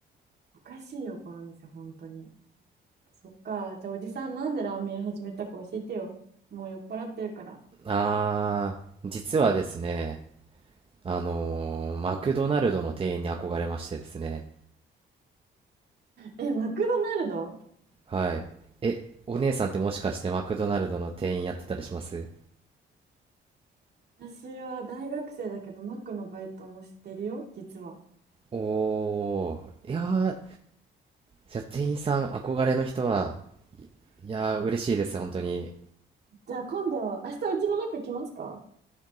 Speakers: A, on the right (about 55°); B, on the right (about 30°).
A: おかしいよ、この店、本当に。そっか。じゃあおじさんなんでラーメン屋始めたか教えてよ。もう酔っ払ってるから。
B: あー、実はですね、あのーマクドナルドの店員に憧れましてですね。
A: え、マクドナルド
B: はい。え、お姉さんってもしかしてマクドナルドの店員やってたりします
A: 私は大学生だけどマックのバイトもしてるよ、実は。
B: おー、いやー、じゃあ店員さん憧れの人は、いやー、嬉しいです、本当に。
A: じゃあ今度、明日うちのマック来ますか